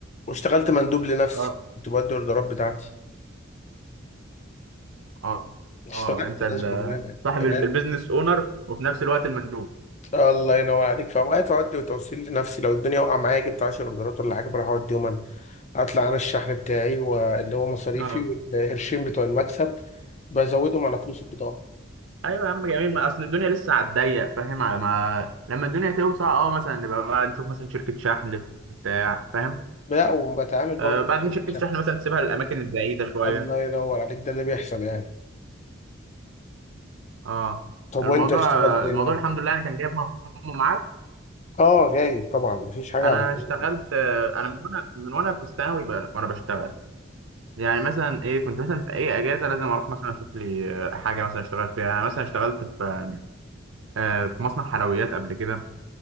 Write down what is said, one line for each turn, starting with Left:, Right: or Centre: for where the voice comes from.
Left: واشتغلت مندوب لنفسي
Right: اه
Left: كنت بدي الاوردرات بتاعتي
Right: اه
Left: اشتغلت
Right: اه انت
Left: كذا
Right: ال-
Left: شغلانه
Right: صاحب
Left: يعني
Right: ال- البيزنس اونر وفي نفس الوقت المندوب
Left: الله ينور عليك في اوقات اودي وتوصيل لنفسي لو الدنيا واقعه معايا جبت 10 اوردرات ولا حاجه بروح اوديهم انا اطلع انا الشحن بتاعي واللي هو مصاريفي
Right: اه
Left: والقرشين بتوع المكسب بزودهم على فلوس البضاعه
Right: ايوه يا عم جميل ما اصل الدنيا لسه على الضيق فاهم على ما لما الدنيا توسع اه مثلا نبقى بقى نشوف مثلا شركه شحن بتاع فاهم
Left: لا وبتعامل برضه
Right: آه بعدين
Left: مع شركه
Right: شركه
Left: شحن
Right: شحن مثلا تسيبها للاماكن البعيده شويه
Left: الله ينور عليك ده اللي بيحصل يعني
Right: اه
Left: طب
Right: الموضوع
Left: وانت اشتغلت ايه
Right: الموضوع
Left: بقى؟
Right: الحمد لله انا كان جايب همه معاك
Left: اه جاي طبعا مفيش حاجه
Right: انا
Left: عملتها
Right: اشتغلت آه، انا من وانا من وانا في الثانوي بقى- وانا بشتغل يعني مثلا ايه كنت مثلا في اي اجازه لازم اروح مثلا اشوف لي آه، حاجه مثلا اشتغل فيها انا مثلا اشتغلت في آه، في مصنع حلويات قبل كده